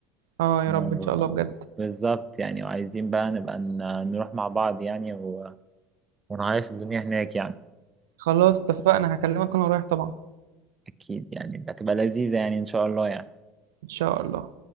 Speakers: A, on the right; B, on the right.
A: آه يا
B: آه،
A: رب إن شاء الله بجد
B: بالظبط يعني وعايزين بقى نبقى ن- نروح مع بعض يعني و- ونعيش الدنيا هناك يعني
A: خلاص اتفقنا هكلمك وأنا رايح طبعا
B: أكيد يعني هتبقى لذيذة يعني إن شاء الله يعني
A: إن شاء الله